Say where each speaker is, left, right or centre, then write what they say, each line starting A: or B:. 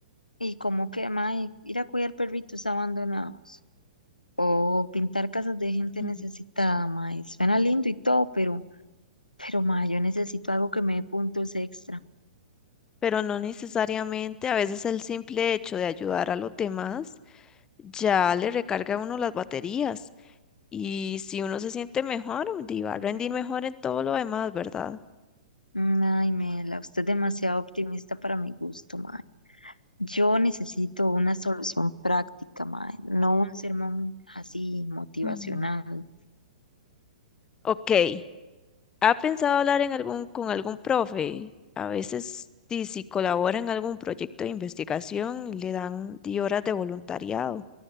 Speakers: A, on the left; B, on the left.
A: Y como que, mae, ir a cuidar perritos abandonados. O pintar casas de gente
B: Ujú.
A: necesitada, mae. Suena lindo y todo, pero, pero, mae, yo necesito algo que me dé puntos extra.
B: Pero no necesariamente, a veces el simple hecho de ayudar a los demás ya le recarga a uno las baterías y si uno se siente mejor, di, va a rendir mejor en todo lo demás, ¿verdad?
A: Mm, Ay, Mela, usted es demasiado optimista para mi gusto, mae. Yo necesito una solución práctica, mae, no un sermón así motivacional.
B: Mm. Ok, ¿Ha pensado hablar en algún, con algún profe? A veces, di, si colabora en algún proyecto de investigación, le dan 10 horas de voluntariado.